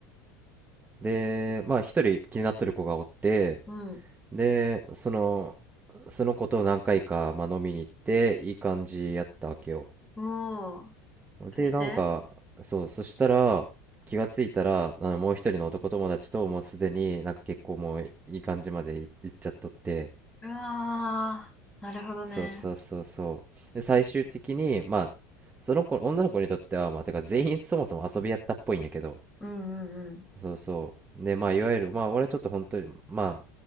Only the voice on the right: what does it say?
で、まあ、一人気になっとる子がおって、
で、その、その子と何回か、まあ、飲みに行って、いい感じやったわけよ。
で、なんか、そう、そしたら、気がついたら、あのもう一人の男友達と、もうすでになんか結構もういい感じまでい行っちゃっとって、
そうそうそうそう。で、最終的に、まあ、その子、女の子にとっては、まあ、てか全員そもそも遊びやったっぽいんやけど、
そうそうでまあいわゆるまあ俺はちょっと本当にまあ